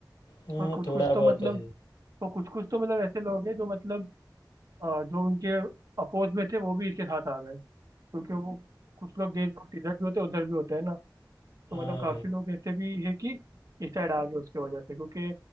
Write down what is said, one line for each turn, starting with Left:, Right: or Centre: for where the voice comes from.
Left: हाँ
Right: और कुछ
Left: थोड़ा
Right: कुछ
Left: बहुत
Right: तो मतलब
Left: तो है
Right: तो कुछ कुछ तो मतलब ऐसे लोग हैं जो मतलब अ, जो उनके अपोज में थे वो भी इसके साथ आ गए क्योंकि वो कुछ लोग देशभक्त इधर भी होते हैं उधर भी होते हैं ना तो
Left: हाँ
Right: मतलब काफी
Left: भाई
Right: लोग ऐसे भी है कि इस साइड आ गए उसकी वजह से क्योंकि